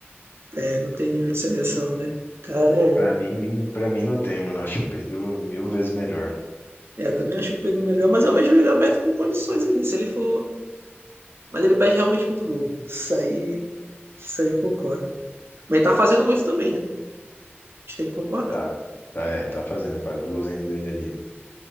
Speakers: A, on the right (about 65°); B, on the left (about 55°).
A: É, não tem nível de seleção, né? Cara,
B: Pra
A: é.
B: mim, pra mim não tem, mano. Eu Acho o Pedro mil vezes melhor.
A: É, eu também acho o Pedro melhor, mas eu vejo o Yuri Alberto com condições ali, se ele for. Mas ele perde realmente muito gol. Isso aí, isso aí eu concordo. Mas ele tá fazendo muito também, né? A gente tem que concordar.
B: Tá, tá, é, tá fazendo, faz o golzinho dele ali.